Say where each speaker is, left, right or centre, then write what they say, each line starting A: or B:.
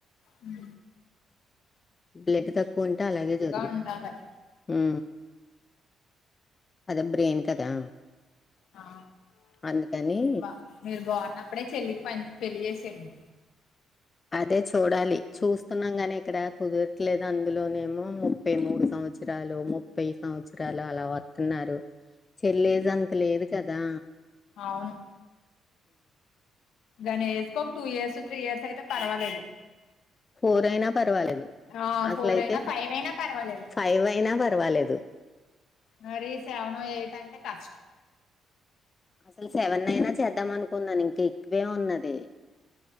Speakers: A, on the left (about 75°); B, on the left (about 30°).
A: ఉ
B: బ్లడ్ తక్కువ ఉంటే అలాగే జరుగుది
A: ఉండాలి
B: ఉ అదే బ్రెయిన్ కదా
A: ఆ
B: అందుకని
A: మీరు బా మీరు బాగున్నప్పుడే చెల్లి పెళ్ళి చేేసేయండి
B: అదే చూడాలి చూస్తున్నాం కాని ఇక్కడ కుదరట్లేదు అందులోనేమో ముప్పై మూడు సంవత్సరం సంవత్సరాలు ముప్పై సంవత్సరాల అలా వత్తున్నారు పిల్ల ఏజ్ అంత లేదు కదా
A: అవును దాని ఎజ్కు ఒక టూ ఇయర్స్ త్రీ ఇయర్స్ అయితే పర్వాలేదు
B: ఫోర్ అయినా పర్వాలేదు
A: ఆ
B: అసల
A: ఫోర్
B: అయితే
A: అయినా ఫైవ్ అయినా పర్వాలేదు
B: ఫైవ్ అయినా పర్వాలేదు
A: మరి సెవను ఎయిట్ అంటే కష్టం
B: అసలు సెవెన్ అయినా చేద్దాం అనుకున్నాను ఇంక ఎక్కువే ఉన్నది